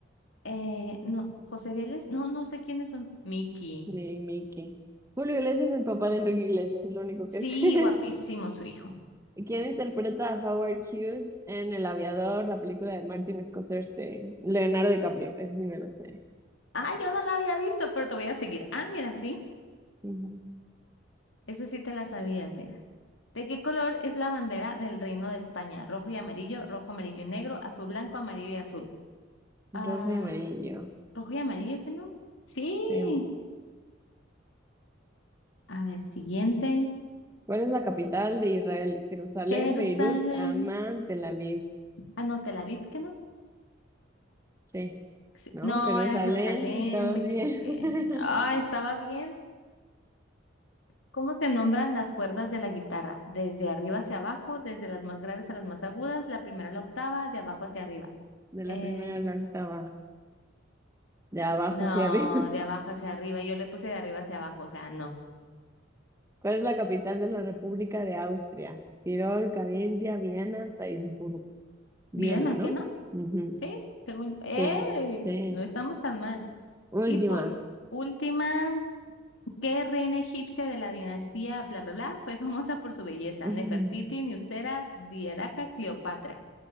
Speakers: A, on the left (about 85°); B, on the right (about 15°).
A: Eh, no, José Vélez, no, no sé quiénes son. Miki.
B: Ni Mickey. Julio Iglesias es el papá de Enrique Iglesias, es lo único
A: Sí,
B: que sé. <laughs>
A: guapísimo su hijo.
B: ¿Quién interpreta a Howard Hughes en El Aviador, la película de Martin Scorsese? Leonardo DiCaprio, ese sí me lo sé.
A: Ah, yo no la había visto, pero te voy a seguir. Ah, mira, sí.
B: Ujú.
A: Eso sí te la sabías, mira. ¿De qué color es la bandera del Reino de España? Rojo y amarillo, rojo, amarillo y negro, azul, blanco, amarillo y azul. Ah,
B: Rojo y amarillo.
A: rojo y amarillo, ¿qué no? Sí.
B: Sí.
A: A ver, siguiente.
B: ¿Cuál es la capital de Israel? Jerusalén,
A: Jerusalén.
B: Beirut, Amán, Tel Aviv.
A: Ah, no, Tel Aviv, ¿qué no?
B: Sí,
A: Sí,
B: ¿no?
A: No,
B: Jerusalén,
A: era Jerusalén,
B: si estabas
A: me equivoqué.
B: bien. <laughs>
A: Ah, estaba bien. ¿Cómo se nombran las cuerdas de la guitarra? Desde arriba hacia abajo, desde las más graves a las más agudas, la primera a la octava, de abajo hacia arriba.
B: De la
A: Eh,
B: primera a la octava, de abajo
A: no,
B: hacia arriba.
A: de abajo hacia arriba. Yo le puse de arriba hacia abajo, o sea, no.
B: <laughs> ¿Cuál es la capital de la República de Austria? Tirol, Carintia, Viena, Salzburgo. Viena,
A: Bien, ¿a
B: ¿no?
A: qué no?
B: Ujú.
A: Sí, según... ¡Ey!
B: Sí, sí.
A: No estamos tan mal.
B: Última.
A: Y por última... ¿Qué reina egipcia de la dinastía bla bla bla fue famosa por su belleza?
B: <laughs>
A: Nefertiti, Nusera, Dieraca, Cleopatra.